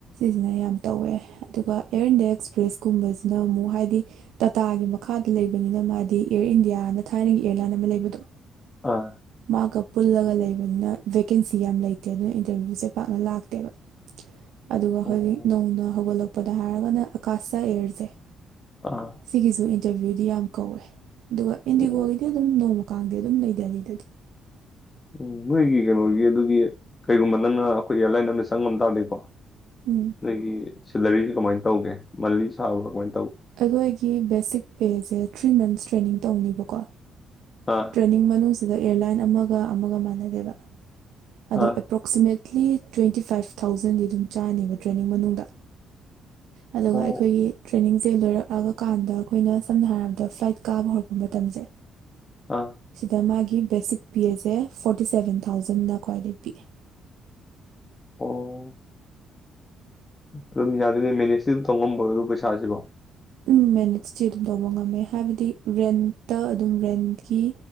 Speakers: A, on the right; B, on the left.
A: ꯁꯤꯅ ꯌꯥꯝ ꯇꯧꯋꯦ ꯑꯗꯨꯒ ꯏꯌꯔ ꯏꯟꯗꯤꯌꯥ ꯑꯦꯛꯁꯄ꯭ꯔꯦꯁ ꯀꯨꯝꯕꯁꯤꯅ ꯑꯃꯨꯛ ꯍꯥꯏꯗꯤ ꯇꯥꯇꯥꯒꯤ ꯃꯈꯥꯗ ꯂꯩꯕꯅꯤꯅ ꯃꯥꯗꯤ ꯑꯦꯌꯔ ꯏꯟꯗꯤꯌꯥꯅ ꯊꯥꯏꯅꯒꯤ ꯑꯦꯌꯥꯔꯂꯥꯏꯟ ꯑꯃ ꯂꯩꯕꯗꯣ
B: ꯑꯥ
A: ꯃꯥꯒꯞ ꯄꯨꯜꯂꯒ ꯂꯩꯕꯅꯤꯅ ꯚꯦꯀꯦꯟꯁꯤ ꯌꯥꯝ ꯂꯩꯇꯦ ꯑꯗꯨꯅ ꯏꯟꯇꯔꯚꯤꯌꯨꯁꯦ ꯄꯥꯛꯅ ꯂꯥꯛꯇꯦꯕ ꯑꯗꯨꯒ
B: ꯑꯣ
A: ꯍꯧꯖꯤꯛ ꯅꯧꯅ ꯍꯧꯒꯠꯂꯛꯄ ꯄꯗ ꯍꯥꯏꯔꯒꯅ <unintelligible>
B: ꯑꯥ
A: ꯁꯤꯒꯤꯖꯨ ꯏꯟꯇꯔꯚ꯭ꯌꯨꯗꯤ ꯌꯥꯝ ꯀꯧꯋꯦ ꯑꯗꯨꯒ ꯏꯟꯗꯤꯒꯣꯒꯤꯗꯤ
B: ꯑꯣ
A: ꯑꯗꯨꯝ ꯅꯣꯡꯃ ꯀꯥꯡꯗꯤ ꯑꯗꯨꯝ ꯂꯩ ꯗꯦꯜꯂꯤꯗꯗꯤ
B: ꯎꯝ ꯅꯣꯏꯒꯤ ꯀꯩꯅꯣꯒꯤ ꯑꯗꯨꯒꯤ ꯀꯩꯒꯨꯝꯕ ꯅꯪꯅ ꯑꯩꯈꯣꯏ ꯑꯦꯌꯥꯔꯂꯥꯏꯟ ꯑꯃꯗ ꯆꯪꯉꯝ ꯇꯥꯔꯗꯤꯀꯣ
A: ꯎꯝ
B: ꯅꯣꯏꯒꯤ ꯁꯦꯂꯔꯤꯁꯦ ꯀꯃꯥꯏꯅ ꯇꯧꯒꯦ ꯃꯟꯂꯤ ꯁꯥꯕ ꯀꯃꯥꯏ
A: ꯑꯩꯈꯣꯏꯒꯤ ꯕꯦꯁꯤꯛ ꯄꯦꯁꯦ ꯊ꯭ꯔꯤ ꯃꯟꯁ ꯇ꯭ꯔꯦꯅꯤꯡ ꯇꯧꯅꯦꯕꯀꯣ
B: ꯑꯥ
A: ꯇ꯭ꯔꯦꯅꯤꯡ ꯃꯅꯨꯡꯁꯤꯗ ꯑꯦꯌꯥꯔꯂꯥꯏꯟ ꯑꯃꯒ ꯑꯃꯒ ꯃꯥꯟꯅꯗꯦꯕ ꯑꯗꯣ
B: ꯑꯥ
A: ꯑꯦꯄ꯭ꯔꯣꯛꯁꯤꯃꯦꯠ <unintelligible> ꯇ꯭ꯋꯦꯟꯇꯤ ꯐꯥꯏꯚ ꯊꯥꯎꯖꯟꯗꯤ ꯑꯗꯨꯝ ꯆꯥꯅꯦꯕ ꯇ꯭ꯔꯦꯟꯅꯤꯡ ꯃꯅꯨꯡꯗ ꯑꯗꯨꯒ
B: ꯑꯣ
A: ꯑꯩꯈꯣꯏꯒꯤ ꯇ꯭ꯔꯦꯅꯤꯡ ꯂꯣꯏꯔꯛꯂꯕꯀꯥꯟꯗ ꯑꯩꯈꯣꯏꯅ ꯁꯝꯅ ꯍꯥꯏꯔꯕꯗ ꯐ꯭ꯂꯥꯏꯠ ꯀꯥꯕ ꯍꯧꯔꯛꯄ ꯃꯇꯝꯁꯦ
B: ꯑꯥ
A: ꯁꯤꯗ ꯃꯥꯒꯤ ꯕꯦꯁꯤꯛ ꯄꯦꯁꯦ ꯐꯣꯔ ꯐꯤꯐꯇꯤ ꯁꯕꯦꯟ ꯊꯥꯎꯖꯟꯅ ꯈ꯭ꯋꯥꯏꯗꯒꯤ ꯄꯤꯛꯏ
B: ꯑꯣ ꯑꯗꯨꯝ ꯌꯥꯗꯣꯏꯅꯦ ꯃꯦꯅꯦꯖꯇꯤ ꯑꯗꯨꯝ ꯇꯧꯉꯝꯕꯣ ꯑꯗꯨ ꯄꯩꯁꯥꯁꯤꯕꯣ
A: ꯎꯝ ꯃꯦꯅꯦꯠꯁꯇꯤ ꯑꯗꯨꯝ ꯇꯧꯕ ꯉꯝꯃꯦ ꯍꯥꯏꯕꯗꯤ ꯔꯦꯟꯠꯇ ꯑꯗꯨꯝ ꯔꯦꯟꯠꯀꯤ